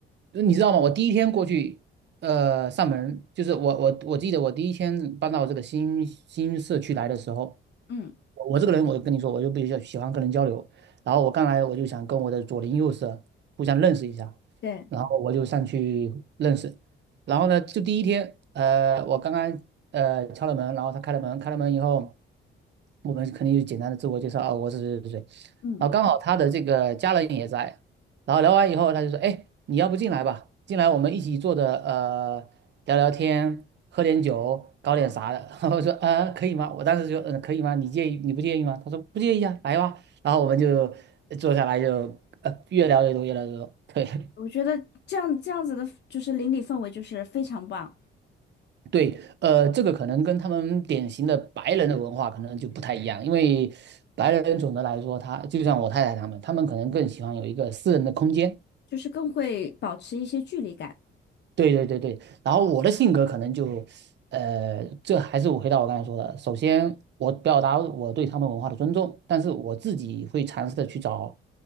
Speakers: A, on the right (about 60°); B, on the left (about 60°).
A: 你知道吗？我第一天过去，呃，上门，就是我我我记得我第一天搬到这个新新社区来的时候，
B: 嗯，
A: 我我这个人，我就跟你说，我就比较喜欢跟人交流。然后我刚来，我就想跟我的左邻右舍互相认识一下，
B: 对，
A: 然后我就上去认识。然后呢，就第一天，呃，我刚刚呃敲了门，然后他开了门，开了门以后，我们肯定就简单的自我介绍啊，我是谁谁谁。
B: 嗯。
A: 然后刚好他的这个家人也在，然后聊完以后，他就说，哎，你要不进来吧，进来我们一起坐着呃聊聊天，喝点酒，搞点啥的。<laughs> 然后我说呃可以吗？我当时就嗯可以吗？你介意你不介意吗？他说不介意啊，来吧。然后我们就呃坐下来就呃越聊越多，越聊越多。对 <laughs>
B: 我觉得这样这样子的，就是邻里氛围就是非常棒，
A: 对，呃，这个可能跟他们典型的白人的文化可能就不太一样，因为白人总的来说他，就像我太太他们，他们可能更喜欢有一个私人的空间。
B: 就是更会保持一些距离感。
A: 对对对对，然后我的性格可能就，呃，这还是我回到我刚才说的，首先我表达我对他们文化的尊重，但是我自己会尝试的去找，